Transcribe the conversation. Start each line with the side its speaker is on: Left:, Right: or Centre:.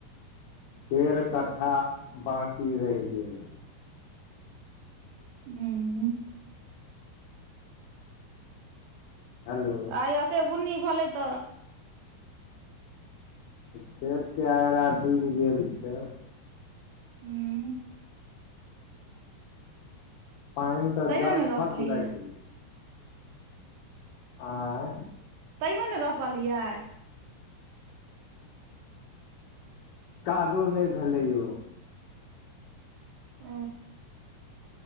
Left: डेढ़ कट्ठा बाकी रहि गेल
Right: हू
Left: हेलो
Right: आइ एते बुन्नी भेलै तऽ
Left: खेत के आइर आर डूबि गेल छै
Right: हूँ
Left: पानि तऽ
Right: तैयो
Left: जक
Right: ने रोपलियै
Left: थक लागि गेलै आंए
Right: तैयो ने रोपलियै
Left: कादो नहि भेलै यौ
Right: ओ